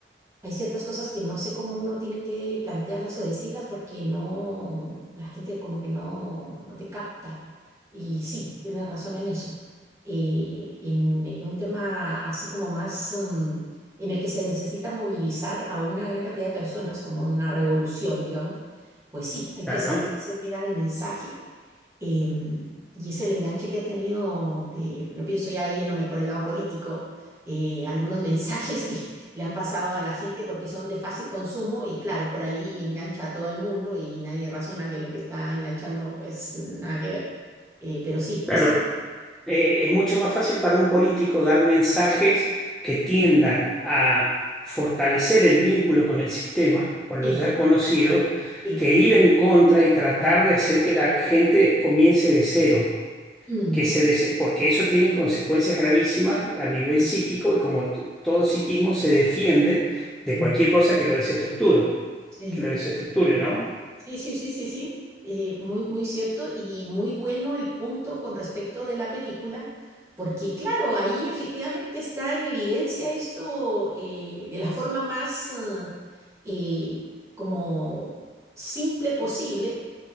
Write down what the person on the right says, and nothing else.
Hay ciertas cosas que no sé cómo uno tiene que plantearlas o decirlas porque no, la gente como que no, no te capta. Y sí, tienes razón en eso. Eh, en, en un tema así como más mm, en el que se necesita movilizar a una gran cantidad de personas, como una revolución, digamos, pues sí, hay
que saber hacer llegar el mensaje Em, y es el enganche que ha tenido, eh, lo pienso ya yéndome por el lado político, eh, algunos <laughs> mensajes que le han pasado a la gente porque son de fácil consumo y claro, por ahí engancha a todo el mundo y nadie razona que lo que está enganchando pues nada que ver. Eh, pero sí,
es cier-
sí,
sí,
claro.
Mm,
mm,
mm,
sí.
Sí, sí, sí, sí, sí. eh, muy, muy cierto y muy bueno el punto con respecto de la película, porque claro, ahí efectivamente está en evidencia esto eh, de la forma más eh, eh, como simple posible,